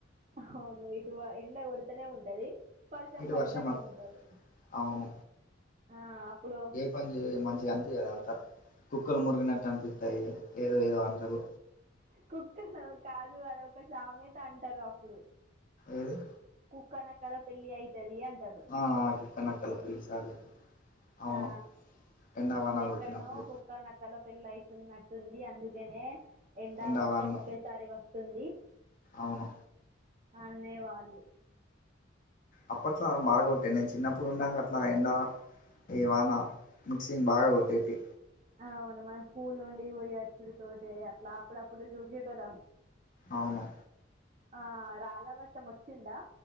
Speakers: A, on the right; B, on the left.
A: అవును ఇటు ఆ ఎండ కొడుతనే ఉంటది పర్షం
B: ఇటు
A: పడుతానే
B: వర్షం అ-
A: ఉంటది
B: అవును
A: ఆ అప్పుడు
B: పంజి మంచిగా అన్పియ్యదు అంతా కుక్కలు మొరిగినట్టు అన్పిత్తాయి ఏదో ఏదో అంటారు
A: కుక్కనా కాదు అది ఒక సామెత అంటారు అప్పుడు
B: ఏది
A: కుక్క నక్కల పెళ్ళి అయితది అంటారు
B: ఆ ఆ కుక్క నక్కల పెళ్ళి సారీ అవును
A: ఆ
B: ఎండావాన
A: ఎక్కడనో
B: కొట్టినప్పుడు
A: కుక్క న క్కల పెళ్ళి అయితున్నట్టుంది అందుకనే ఎండా
B: ఎండావాన
A: వర్షం ఒకేసారి వస్తుంది
B: అవును
A: అనేవాళ్ళు
B: అప్పట్లో బాగా ఉంటే నేను చిన్నప్పుడు ఉండంగా అట్లా ఎండ ఈ వాన మిక్సింగ్ బాగా కొట్టేటి
A: అవును మనం స్కూల్ నుండి పోయి అచ్చుడి తోటే అట్లా అప్పుడప్పుడు చూసేటోళ్ళం
B: అవును
A: ఆ రాళ్ళ వర్షం వచ్చిందా